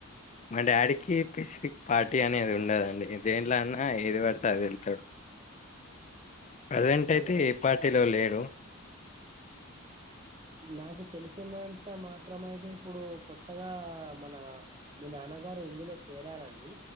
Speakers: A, on the left; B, on the right.
A: మా డాడీకి పెసిఫిక్ పార్టీ అనేది ఉండదండి దేంట్లో అన్నా ఏది పడితే అది వెళ్తాడు
B: <inaudible>
A: ప్రెసెంట్ అయితే
B: అంటే
A: ఏ పార్టీలో లేడు
B: నాకు తెలిసినంత మాత్రం అయితే ఇప్పుడు కొత్తగా మన మీ నాన్న గారు ఇందులో చేరారండి